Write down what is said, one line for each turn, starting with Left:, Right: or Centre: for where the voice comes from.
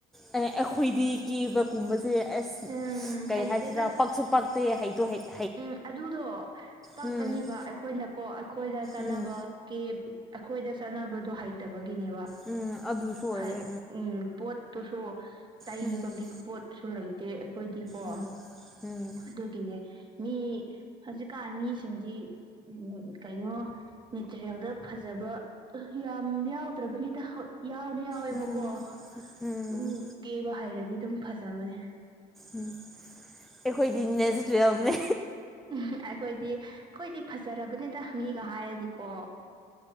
Centre: ꯑꯦ ꯑꯩꯈꯣꯏꯗꯤ ꯀꯦꯕ ꯀꯨꯝꯕꯁꯦ ꯑꯁ
Right: ꯎꯝ
Centre: ꯀꯩ
Right: ꯍꯩꯇꯦꯗ
Centre: ꯍꯥꯏꯁꯤꯔꯥ ꯄꯛꯁꯨ ꯄꯛꯇꯦ ꯍꯩꯁꯨ ꯍꯩꯇꯦ
Right: ꯎꯝ ꯑꯗꯨꯗꯣ ꯄꯛꯀꯅꯤꯕ
Centre: ꯎꯝ
Right: ꯑꯩꯈꯣꯏꯅꯀꯣ ꯑꯩꯈꯣꯏꯗ ꯆꯥꯟꯅꯕ
Centre: ꯎꯝ
Right: ꯀꯦ ꯑꯩꯈꯣꯏꯗ ꯆꯠꯅꯕꯗꯣ ꯍꯩꯇꯕꯒꯤꯅꯦꯕ
Centre: ꯎꯝ ꯑꯗꯨꯁꯨ ꯑꯣꯏꯌꯦ
Right: ꯍꯥꯏ ꯎꯝ ꯄꯣꯠ ꯇꯨꯁꯨ ꯇꯩꯕꯒꯤ
Centre: ꯎꯝ
Right: ꯄꯣꯠꯁꯨ ꯂꯩꯇꯦ ꯑꯩꯈꯣꯏꯗꯤꯀꯣ
Centre: ꯎꯝ ꯎꯝ
Right: ꯑꯗꯨꯒꯤꯅꯦ ꯃꯤ ꯍꯧꯖꯤꯛꯀꯥꯟ ꯃꯤꯁꯤꯡꯗꯤ ꯀꯩꯅꯣ ꯅꯦꯆꯔꯦꯜꯗ ꯐꯖꯕ ꯌꯥꯝ ꯌꯥꯎꯗ꯭ꯔꯕꯅꯤꯗ ꯍꯣꯢ ꯌꯥꯎꯗꯤ ꯌꯥꯎꯋꯦꯕꯀꯣ
Centre: ꯎꯝ
Right: ꯑꯗꯨꯝ
Centre: ꯎꯝ
Right: ꯀꯦꯕ ꯍꯩꯔꯗꯤ ꯑꯗꯨꯝ ꯐꯖꯕꯅꯦ
Centre: ꯎꯝ ꯑꯩꯈꯣꯏꯗꯤ ꯅꯦꯖꯔꯦꯜꯅꯦ
Right: ꯎ ꯑꯩꯈꯣꯏꯗꯤ ꯑꯩꯈꯣꯏꯗꯤ ꯐꯖꯔꯕꯅꯤꯗ ꯃꯤꯒ ꯍꯥꯏꯔꯗꯤꯀꯣ